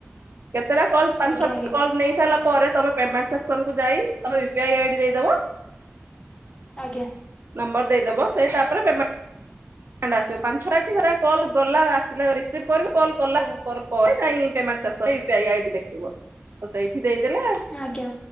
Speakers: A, on the right (about 60°); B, on the left (about 20°).
A: କେତେଟା କଲ ପାଞ୍ଚ
B: ଆଜ୍ଞା
A: ଛଟା
B: ଆଜ୍ଞା
A: କଲ୍ ନେଇ ସାରିଲା ପରେ ତମେ ପେମେଣ୍ଟ ସେକ୍ସନକୁୁ ଯାଇ ତମେ ରିପ୍ଲାଇ ଆଇ ଡ଼ି ଦେଇଦବ।
B: ଆଜ୍ଞା।
A: ନମ୍ବର ଦେଇଦବ, ସେ ତାପରେ ପେମ୍ ଆସିବୁ ପାଞ୍ଚ ଛ ଟା କି ସାରା କଲ୍ ଗଲା ଆସିଲା ରିସିଭ କରିବୁ କଲ୍ କଲା ପରେ ଯାଇ ପେମେଟ୍ ଆସିବ। <unintelligible> ଦେଖେଇବ, ତ ସେଇଠି ଦେଇଦେଲେ
B: ଆଜ୍ଞା।